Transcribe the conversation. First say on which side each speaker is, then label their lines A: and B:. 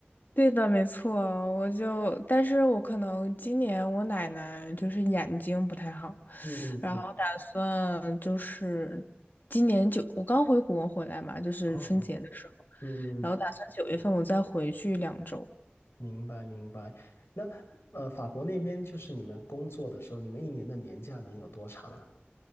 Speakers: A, on the left; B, on the left.
A: 对的，没错，我就，但是我可能今年我奶奶就是眼睛不太好，
B: 嗯嗯嗯，
A: 然后打算就是今年九，我刚回国回来嘛，就是春节的时候，
B: 哦，嗯嗯嗯。
A: 然后打算九月份我再回去两周，
B: 明白明白。那呃，法国那边就是你们工作的时候，你们一年的年假能有多长啊？